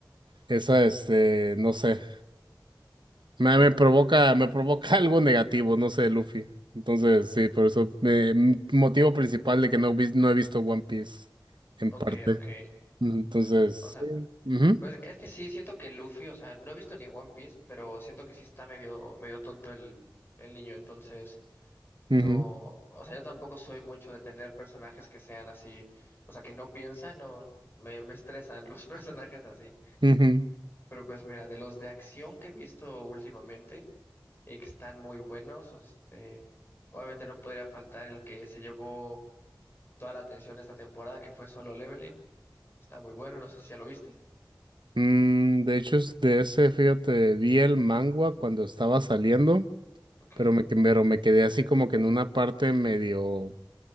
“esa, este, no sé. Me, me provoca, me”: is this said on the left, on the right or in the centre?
Right